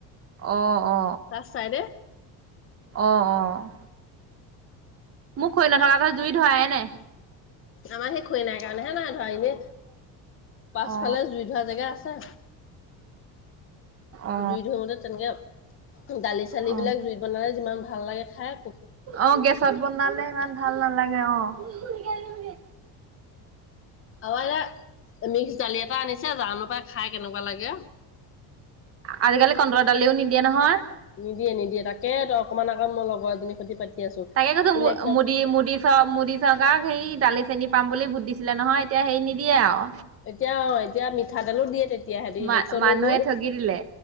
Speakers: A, on the right; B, on the left.
A: অ' অ
B: পাছ চাইডে।
A: অ', অ' । মোৰ খৰি নথকাৰ পৰা জুই ধৰাই নাই।
B: আমাৰ সেই খৰি নাই কাৰণেহে নাই ধৰা, এনে পাছফালে
A: অ
B: জুই ধৰা জেগা আছে।
A: অ
B: জুই ধৰোতে তেনেকে দালি চালিবিলাক
A: অ
B: জুইত বনালে যিমান ভাল লাগে সাপ
A: অ গেছত বনালে ইমান ভাল নালাগে অ ৰি
B: অ এনে মিক্স দালি এটা আনিছে জানো পাই খাই কেনেকুৱা লাগে
A: আজিকালি কন্দল দালিও নিদিয়ে নহয়
B: নিদিয়ে নিদিয়ে তাকেই অকমান আকৌ মই লগৰ এজনী খ্ষতি পাতি আছো
A: তাকে কৈছো মু
B: ইলেকচন
A: মুদি মুদিি চ মুদিি চ সেই দালি চেনিী পাম বুলি ভোট দিছিলে নহয় এতিয়া হেৰি নিদিয়ে আৰু
B: এতিয়া অ এতিয়া মিঠাতেলো দিয়ে তেতিয়া হেতেতি
A: মা
B: ইলেকশচনো
A: মানুহে
B: গ'ল,
A: ঠগি দিলে।